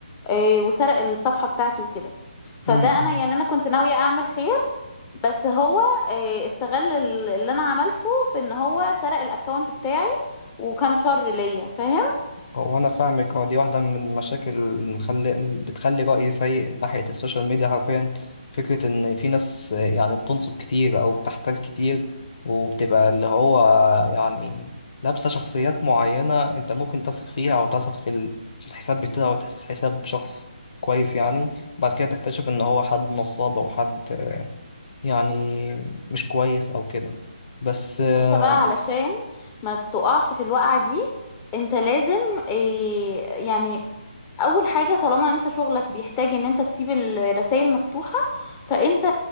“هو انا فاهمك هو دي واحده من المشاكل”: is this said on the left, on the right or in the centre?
Left